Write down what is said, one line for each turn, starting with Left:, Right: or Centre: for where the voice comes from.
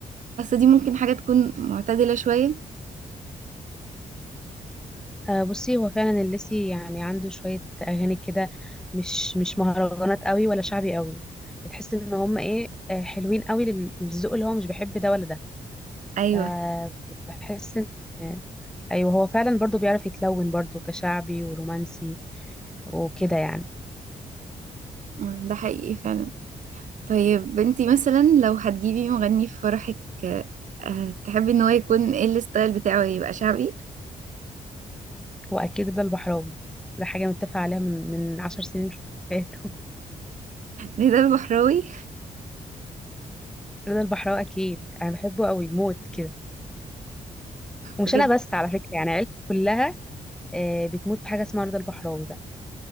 Right: دي ممكن حاجه تكون معتدله شويه
Centre: آه، بصي هو فعلا الليسي يعني عنده شوية أغاني كده مش مش مهرجانات قوي ولا شعبي قوي بتحس ان هم ايه آه، حلوين قوي لل- للذوق اللي هو مش بيحب ده ولا ده
Right: ايوه
Centre: فبحس ان آه، ايوه هو فعلا برضو بيعرف يتلون برضو كشعبي ورومانسي وكده يعني
Right: ده حقيقي فعلا طيب انتي مثلا لو هتجيبي مغني في فرحك آه، آه، تحبي ان هو يكون ايه الستايل بتاعه يبقى شعبي
Centre: هو اكيد رضا البحراوي ده حاجة متفق عليها من من عشر سنين فاتوا
Right: رضا البحراوي
Centre: <laughs> رضا البحراوي اكيد انا بحبه قوي موت كده ومش
Right: بجد
Centre: انا بس على فكرة يعني عيلتي كلها آه، بتموت في حاجة اسمها رضا البحراوي